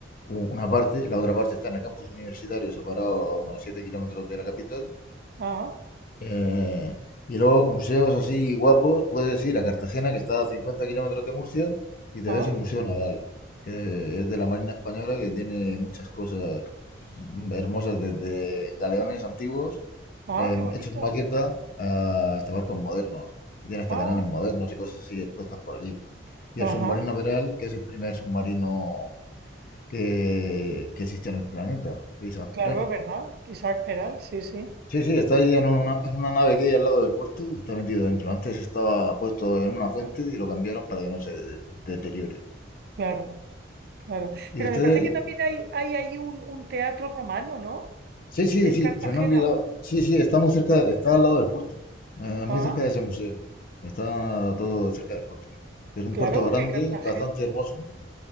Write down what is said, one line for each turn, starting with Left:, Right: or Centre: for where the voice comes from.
Left: U- Una parte, la otra parte está en el campus universitario, separado a unos 7 kilómetros de la capital.
Right: ah,
Left: Eh, y luego, museos así guapos, puedes ir a Cartagena, que está a 50 kilómetros de Murcia, y te
Right: ah.
Left: ves el Museo Naval, que es de la Marina Española, que tiene muchas cosas mm, hermosas, desde galeones antiguos,
Right: Ah,
Left: em,
Right: qué bonito.
Left: hechos maqueta, a- hasta barcos modernos. Tiene hasta
Right: Ah,
Left: cañones modernos y cosas así expuestas por allí. Y
Right: ajá,
Left: el submarino Peral, que es el primer submarino que, que existe en el planeta. Y dices,
Right: claro,
Left: "Pero,
Right: ¿verdad? Isaac Peral, sí, sí,
Left: Sí, sí, está ahí en una, en una nave que hay al lado del puerto, está metido dentro. Antes estaba puesto en una fuente y lo cambiaron para que no se de- deteriore.
Right: claro, claro.
Left: Y
Right: Pero
Left: ustedes,
Right: me parece que
Left: y-
Right: también hay, hay ahí un, un teatro romano, ¿no?
Left: sí, sí,
Right: En
Left: sí,
Right: Cartagena.
Left: se me ha olvidado. Sí, sí, está muy cerca, está al lado del puerto, eh, muy
Right: Ah,
Left: cerca de ese museo. Está todo cerca del puerto. Es un
Right: claro,
Left: puerto
Right: porque
Left: grande,
Right: Cartagena.
Left: bastante hermoso.